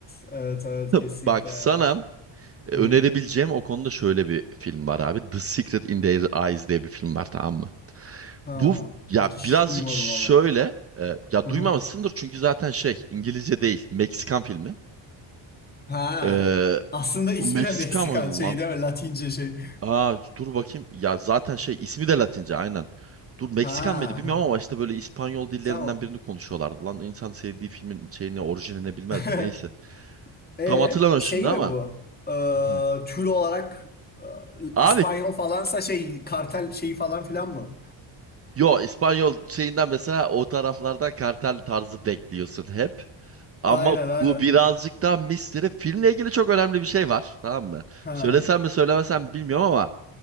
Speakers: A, on the left (about 20°); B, on the right (about 30°).
A: Evet evet
B: <laughs>
A: kesinlikle
B: Bak
A: ya.
B: sana e,
A: Hı.
B: önerebileceğim o konuda şöyle bir film var abi The Secret in Their Eyes diye bir film var tamam mı?
A: Ha,
B: Bu ya
A: hiç
B: birazcık
A: duymadım
B: şöyle
A: valla.
B: e, ya
A: Hı
B: duymamışsındır
A: hı.
B: çünkü zaten şey İngilizce değil Meksikan filmi.
A: Ha.
B: Ee,
A: Aslında ismi
B: Meksika
A: de Meksikan
B: mıydı
A: şey
B: lan?
A: değil mi? Latince şey.
B: Aa dur bakayım. Ya zaten şey ismi de Latince aynen. Dur Meksikan
A: Ha,
B: mıydı bilmiyorum
A: ha.
B: ama işte böyle İspanyol dillerinden
A: tamam.
B: birini konuşuyorlardı. Lan insan sevdiği filmin şeyini orijinini bilmez
A: <laughs>
B: mi? Neyse.
A: E
B: Tam hatırlamıyorum
A: şey
B: şimdi
A: mi
B: ama.
A: bu? Ee,
B: Hı.
A: tür olarak e,
B: Abi
A: İspanyol falansa şey kartel şeyi falan filan mı?
B: yo İspanyol şeyinden mesela o taraflarda kartel tarzı bekliyorsun hep. Ama
A: Aynen aynen.
B: bu birazcık daha misteri. Filmle ilgili çok önemli bir şey var. Tamam mı?
A: Ha.
B: Söylesem mi söylemesem mi bilmiyorum ama